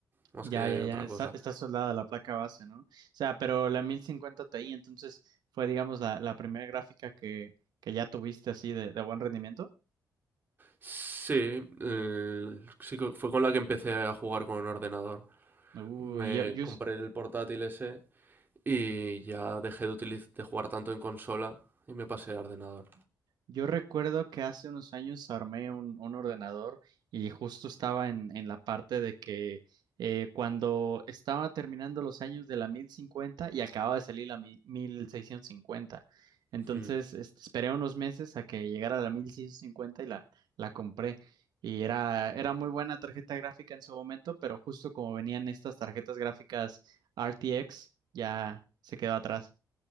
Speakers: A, on the right (about 30°); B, on the right (about 75°).
A: más
B: Ya,
A: que
B: ya,
A: otra
B: ya, está,
A: cosa.
B: está soldada la placa base, ¿no? O sea, pero la 1050 Ti, entonces fue, digamos, la, la primera gráfica que, que ya tuviste así de, de buen rendimiento.
A: Sí, eh, sí que fue con la que empecé a jugar con ordenador.
B: Uy,
A: Me
B: yo, yo,
A: compré el portátil ese y ya dejé de, utiliz- de jugar tanto en consola y me pasé a ordenador.
B: Yo recuerdo que hace unos años armé un, un ordenador y justo estaba en, en la parte de que eh, cuando estaba terminando los años de la 1050 y acababa de salir la mi- 1650. Entonces
A: Hmm,
B: este, esperé unos meses a que llegara la 1650 y la, la compré. Y era, era muy buena tarjeta gráfica en su momento, pero justo como venían estas tarjetas gráficas RTX, ya se quedó atrás.